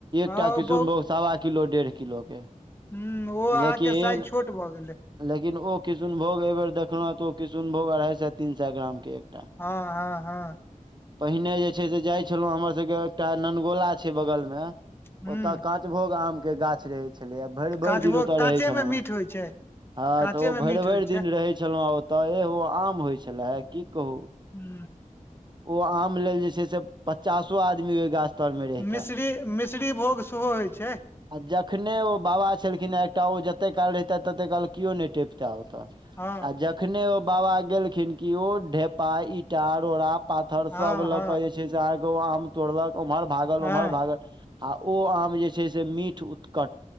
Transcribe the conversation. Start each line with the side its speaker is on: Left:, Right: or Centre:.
Right: एकटा
Left: हँ ओ
Right: किसुनभोग
Left: बहु
Right: सवा किलो डेढ़ किलो के
Left: हु ओ
Right: लेकिन
Left: अहाँके साइज छोट भऽ गेलै
Right: लेकिन ओ किशुनभोग ऐ बेर देखल तऽ ओ किशुनभोग अढ़ाई सए तीन सए ग्राम के एकटा
Left: हँ हँ हँ
Right: पहिने जे छै से जाय छलो हमर सबके एकटा ननगोला छै बगल में ओत
Left: ह
Right: कात पाँचभोग आमके गाछ रहै छलै आ भेर
Left: काँचभोग
Right: भेर दिन ओतय
Left: काँचे
Right: रहै छलहुँ
Left: मे
Right: हेँ
Left: मीठ होइ छै
Right: हँ
Left: काँचे
Right: तऽ ओ
Left: मे
Right: भेर
Left: मीठ
Right: भेर
Left: होइ
Right: दिन
Left: छै
Right: रहै छलौ ह ओतऽ ए ओ आम होइ छले हे की कहू
Left: हू
Right: ओ आम लेल जे छै से पचासो आदमी के गाछ। तर मे रहिते
Left: मिश्ररी मिश्ररी भोग सेहो होइत छै
Right: आ जखने ओ बाबा छलखिन एकटा ओ जते काल रहिते तते काल कियो नहि टेप तऽ ओताऽ
Left: हँ
Right: आ जखने ओ बाबा गेलखिन कि ओ ढेपा ईटा रोड़ा पाथर
Left: हँ
Right: सब
Left: हँ
Right: लऽ कऽ जे छै से वो अहाँके ओ आम तोड़लक उम्हर भागल
Left: हँ
Right: ओम्हर भागल आ ओ आम जे छै से मीठ उतकट